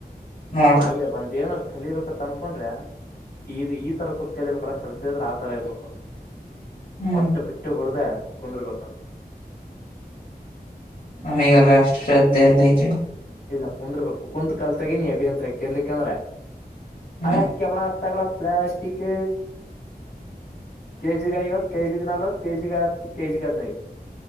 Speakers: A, on the left; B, on the left.
A: ನೋಡು
B: ಹಾಗೆ ಒಂದ್ ಏನಾರ ಕಲಿಬೇಕತ್ತ ಅನ್ಕೊಂಡ್ರೆ ಈ ಈ ತರ ಕುೂತ್ ಕಲಿಬೇಕಲ್ಲ ಶ್ರದ್ಧೆ ಆದ್ರೆ ಆತರ ಇರ್ಬೇಕು
A: ಹ್ಮ್
B: ಮಟ್ಟೆ ಬಿಟ್ಟು ಬಿಡ್ದ ಕುಂಡರುಬೇಕ್
A: ಹ ಈಗಲ್ಲ ಅಷ್ಟು ಶ್ರದ್ಧೆ ಎಲ್ಲ ಇತೆಳು
B: ಇಲ್ಲ ಕುಂದರ್ಬೇಕು ಕುಂತ್ ಕಾಲ ತಗ ನೀಿ ಅಭಿಯಂತರ ಕೇರ್ಲಿಕ್ಕ ಅಂದ್ರ
A: ಹ್ಮ್
B: ಹಳೆ ಕೆವಳ ತಗಡ ಪ್ಲಾಸ್ಟಿಕ್ ಕೆಜಿಿಗೆ ಐವತ್ತು ಕೆಜಿಿಗೆ ನಲ್ವತ್ತು ಕೆಜಿಿಗೆ ಹತ್ತು ಕೆಜಿಿಗೆ ಹದ್ಿನೈದು